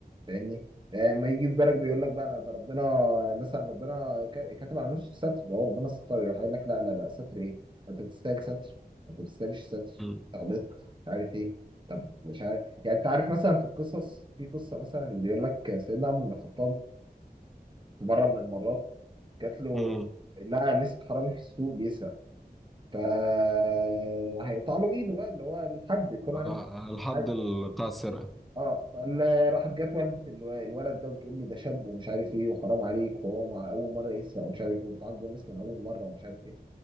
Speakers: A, on the right; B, in the centre.
A: فاهمني آه، ما يجي في بالك بيقول لك بقى لا ده ربنا مثلا ربنا ك- كاتب على نفسه الستر ده هو ربنا ستر يروح قايل لك لا لا لا ستر ايه انت بتستاهل ستر انت ما بتستاهلش ستر
B: امم
A: غلطت مش عارف ايه طب مش عارف يعني انت عارف مثلا في القصص في قصه مثلا بيقول لك سيدنا عمر بن الخطاب في مره من المرات جات له
B: آه.
A: لقى مسك حرامي في السوق بيسرق فهيقطع له ايده بقى اللي هو الحد يكون
B: آه.
A: عارف
B: الحد
A: الحد
B: ال- بتاع السرقه
A: اه فراحت جت والدة الو- الولد ده بتقول له ده شاب ومش عارف ايه وحرام عليك وهو مع اول مره يسرق ومش عارف ايه وبتعاقبه الناس من اول مره ومش عارف ايه